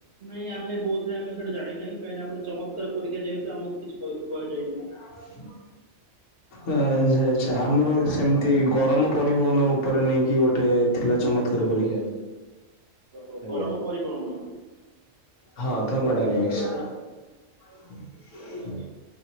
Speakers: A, on the right (about 55°); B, on the left (about 70°).
A: ନାଇଁ ଆମେ ବୋଧ ହୁଏ ଆମେ ସେଟା ଜାଣି ନାହିଁ କାହିଁକି ନା ଆମର ଚମତ୍କାର ପରୀକ୍ଷା ଯେହେତୁ ଆମକୁ କିଛି କ କୁହାଯାଇ ନାହିଁ।
B: ହୁଁ <unintelligible> ଆ ଯା ଆଛା ଆମର ସେମିତି ଗରମ ପରିବହନ ଉପରେ ନେଇକି ଗୋଟେ ଥିଲା ଚମତ୍କାର
A: ଓହୋ
B: ପରୀକ୍ଷା।
A: ଓହୋ
B: ଆଜ୍ଞା
A: ଗରମ ପରିବହନ
B: ହଁ ଥର୍ମୋଡାଇନାମିକ୍ସ
A: ଓ ଆମେ ବୋଧେ ଆଜ୍ଞା